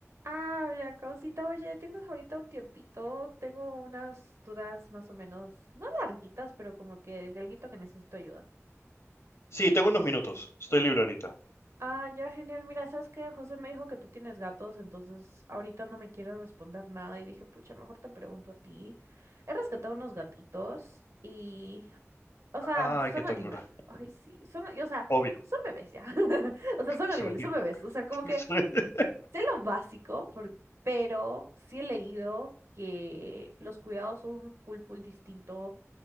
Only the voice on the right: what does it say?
Ah, la causita, oye, ¿tienes ahorita un tiempito? Tengo unas dudas más o menos, no larguitas, pero como que de alguito que necesito ayuda.
Ah, ya, genial. Mira, sabes que José me dijo que tú tienes gatos, entonces ahorita no me quiere responder nada y dije, pucha, mejor te pregunto a ti. He rescatado unos gatitos y, o sea,
son
animal. Ay, sí, son, y, o sea,
son bebés ya. <laughs> O
sea,
son animales,
son bebés. O sea, como que
Sé lo básico, por- pero sí he leído que los cuidados son full, full distinto